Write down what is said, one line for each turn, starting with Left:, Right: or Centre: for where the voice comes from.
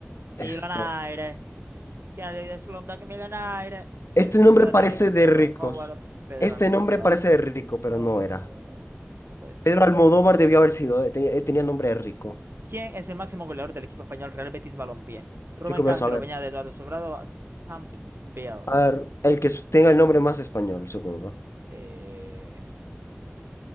Right: Millionaire.
Left: Esto.
Right: Kennedy Slumdog Millionaire, Santiago
Left: Este
Right: Segura,
Left: nombre parece
Right: Danny Boyle,
Left: de ricos.
Right: Ron Howard, Pedro
Left: Este
Right: Almodóvar.
Left: nombre parece de rico, pero
Right: No,
Left: no era.
Right: no puede ser.
Left: Pedro Almodóvar debió haber sido. eh, Tenía, eh, tenía nombre de rico.
Right: ¿Quién es el máximo goleador del equipo español Real Betis Balompié? Rubén
Left: Yo qué voy
Right: Castro,
Left: a saber.
Right: Beñat, Eduardo Sobrado, Campbell.
Left: A ver, el que tenga el nombre más español, supongo.
Right: Eh,